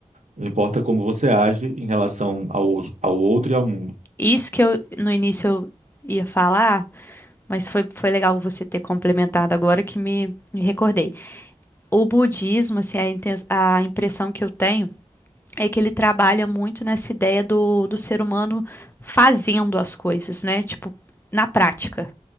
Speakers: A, on the right (about 70°); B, on the left (about 15°).
A: Importa como você age em relação ao, ao outro e ao mundo.
B: Isso que eu no início eu ia falar, mas foi, foi legal você ter complementado agora que me, me recordei. O budismo, assim, a, inten- a impressão que eu tenho. é que ele trabalha muito nessa ideia do, do ser humano fazendo as coisas, né? Tipo, na prática.